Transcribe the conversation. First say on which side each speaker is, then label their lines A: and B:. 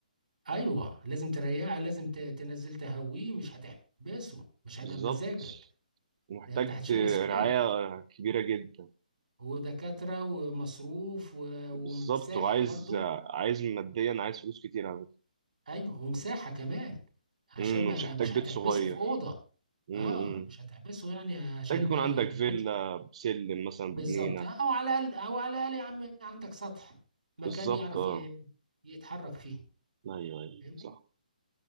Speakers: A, on the right (about 75°); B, on the right (about 45°).
A: أيوه لازم تريحه لازم ت- تنزل تهويه مش هتحبسه مش هيبقى
B: بالظبط
A: بمزاجك
B: ومحتاج
A: لأن أنت هتشيل مسؤولية
B: رعاية كبيرة جدا
A: ودكاترة ومصروف و- ومساحة
B: بالظبط وعايز
A: برضو
B: عايز ماديا عايز فلوس كتير على فكرة
A: ايوه ومساحة كمان عشان
B: أمم،
A: ما
B: ومش هحتاج
A: مش
B: بيت
A: هتحبسه
B: صغير
A: في أوضة
B: أمم.
A: اه مش هتحبسه يعني عشان
B: محتاج يكون
A: ما يرملش
B: عندك فيلا بسلم مثلا
A: بالظبط
B: بجنينة
A: او على الاقل او على الاقل يا عم عندك سطح مكان
B: بالظبط
A: يعرف
B: اه
A: ي- يتحرك فيه
B: أيوه أيوه
A: فاهمني
B: صح